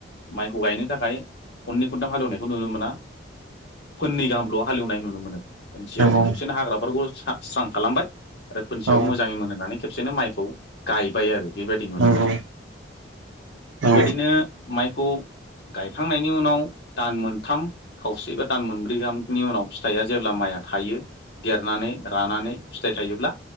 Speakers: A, on the left; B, on the right.
A: माइखौ गायनो थाखाय खननै खनथाम हालेवनायखौ नुनो मोना। फोननै गाहामल' हालेवनाय नुनो मोनो। खोनसेयाव
B: नंगौ
A: खेबसेनो हाग्राफोरखौ स्रां खालामबाय। आरो फोनसेयाव
B: औ
A: मोजाङै मोनहोनानै खेबसेनो माइखौ गायबाय आरो बेबायदि नुनो
B: नंगौ
A: मोनो
B: औ
A: बेबायदिनो माइखौ गायखांनायनि उनाव दान मोनथाम खावसे बा दान मोनब्रै गाहामनि उनाव फिथाइया जेब्ला माइ थायो देरनानै रानानै फिथाइ थायोब्ला